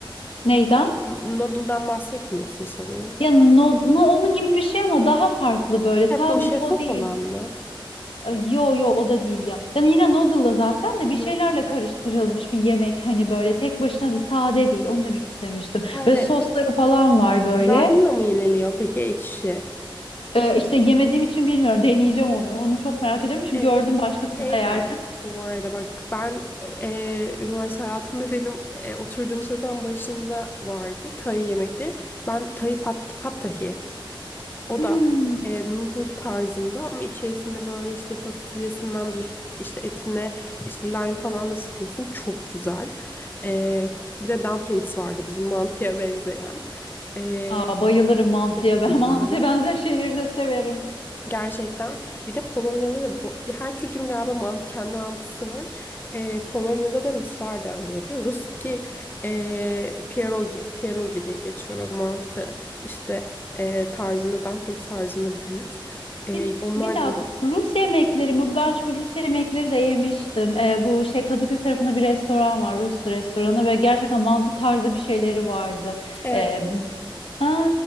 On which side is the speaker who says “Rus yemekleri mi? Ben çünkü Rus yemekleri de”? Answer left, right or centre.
Left